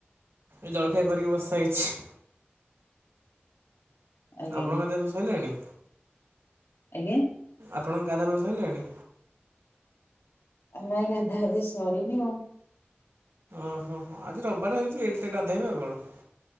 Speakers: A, on the right; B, on the left.
A: ଏ ଜଳଖିଆ କରିକି ବସାସାଇଚି।
B: ଆଜ୍ଞା
A: ଆପଣଙ୍କ ଗାଧୁଆ ପାଧୁଆ ଶଇଲାଣି?
B: ଆଜ୍ଞା?
A: ଆପଣଙ୍କ ଗାଧା ପାଧା ସରିଲାଣି?
B: ନାଇଁ ଗାଧା ଗାଧି ସରିନି ମୁ
A: ଓହୋ ଆଜି ରବିବାରେ ଜାଣିଥିଲେ ଲେଟ୍ ଟିକେ ଗାଧେଇବେ ଆଉ କଣ?